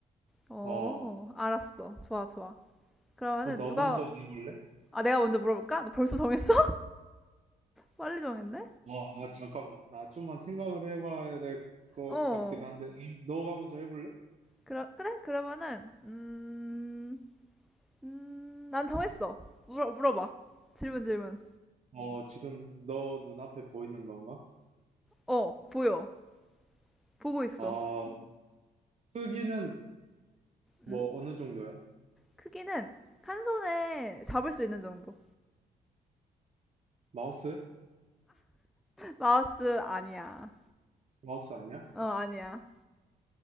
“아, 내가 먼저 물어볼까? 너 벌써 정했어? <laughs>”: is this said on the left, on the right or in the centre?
Centre